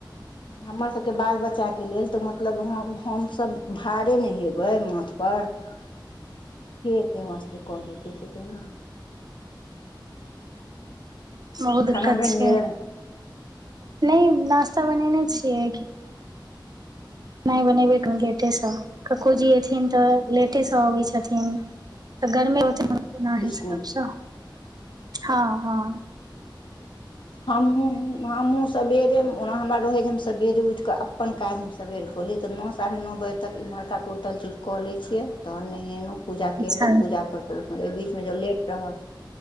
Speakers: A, on the left; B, on the right.
A: जे हमर सबके बाल बच्चा के लेल तऽ मतलब हमसब भारे नय हेबै माथ पर के अते हमरा सबके कऽ देतै से कहियौ न
B: बहुत दिक्कत
A: खाना बनि
B: छै
A: गेल
B: नय नास्ता बनेने छियै खेनाय बनेबै कनी लेटेसँ क्कोजी एथिन तऽ लेटेसँ अबै छथिन तऽ गर्मे रहतै हमरा हिसाब
A: स्कुल
B: सँ हँ हँ
A: ह हमहू हमहूँ सबेरे ओना हमरा रहै जे हम सबेरे उठि कऽ अपन काज हम सबेर कऽली तऽ न सवा साढ़े नओ बज तक एम्हरका टोटल चीज कऽ लै छियै तहन नहेलौं पूजा
B: अच्छा
A: केयलौं पूजा पर ओई बीच मे ज लेट रहल